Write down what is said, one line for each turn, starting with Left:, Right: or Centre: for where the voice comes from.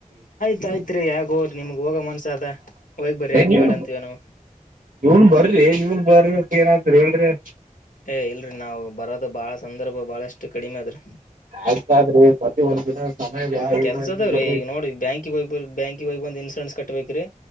Left: ಯತ್ರಿ ಯಾಗೋ ನಿಮ್ಗ್ ಹೋಗ ಮನ್ಸ ಅ ಹೋಗ್ ಬರರಿ ಯಾಕ
Right: ನೀನ್
Left: ಬೇಡ ಅಂತಿವವ ನಾವು
Right: ಇವ್ನ್ ಬರ್ರಿ ಇವ್ನ್ ಬರ್ರಕ್ ಏನಾದ್ರಿ ಹೇಳ್ರಿ
Left: ಏ ಇಲ್ರರಿ ನಾವವು ಬರೋದ ಬಾಳ ಸಂದರ್ಭ ಬಾಳಷ್ಟು ಕಡಿಮೆ ಅದ್ರಿ
Right: ಆಗ್್ತಾದ್ರಿ ಪ್ರತಿ ಒಂದ್ ದಿನ ಸಮಯ
Left: ಕೆಲ್ಸ
Right: ಮಾಡ
Left: ಅದಾವ್ರೀ
Right: ಬರ್ರಿ
Left: ಈ ನೋಡಿ ಬ್ಯಾಂಕಿಗೆ ಹೋಗಿ ಬ್ಯಾಂಕಿಗೆ ಹೋಗಿ ಬಂದ ಇನ್ಶೂರೆನ್ಸ್ ಕಟ್ಬೇಕ್ರೀ